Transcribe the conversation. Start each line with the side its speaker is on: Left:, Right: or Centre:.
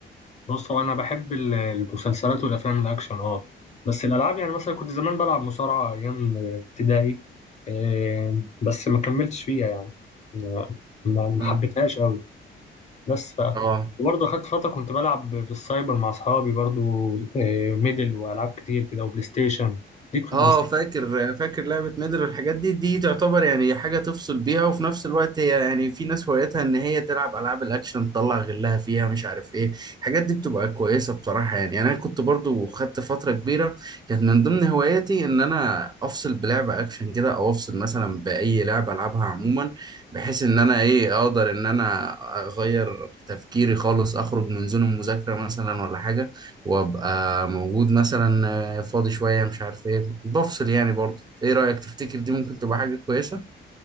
Left: بص هو أنا بحب ال- المسلسلات والأفلام الأكشن أه بس الألعاب يعني مثلا كنت زمان بلعب مصارعة أيام ابتدائي إيه، بس ما كملتش فيها يعني ما ما- ما
Right: مم.
Left: حبيتهاش أوي بس ف
Right: اه
Left: وبرضه أخدت فترة كنت بلعب في السايبر مع أصحابي برضه إيه، ميدل وألعاب كتير كده وبلاي ستيشن ليك في
Right: اه
Left: البلاي
Right: فاكر فاكر لعبة ميدل والحاجات دي دي تعتبر يعني حاجة تفصل بيها وفي نفس الوقت هي يعني في ناس هوايتها ان هي تلعب العاب الاكشن تطلع غلها فيها مش عارف ايه الحاجات دي بتبقى كويسة بصراحة يعني يعني انا كنت برضو خدت فترة كبيرة كانت من ضمن هواياتي ان انا افصل بلعبة اكشن كده او افصل مثلا باي لعبة العبها عموما بحيث ان انا ايه اقدر ان انا اغير تفكيري خالص اخرج من زون المذاكرة مثلا ولا حاجة وابقى موجود مثلا آه، فاضي شويه مش عارف ايه بفصل يعني برضه ايه رايك تفتكر دي ممكن تبقى حاجه كويسه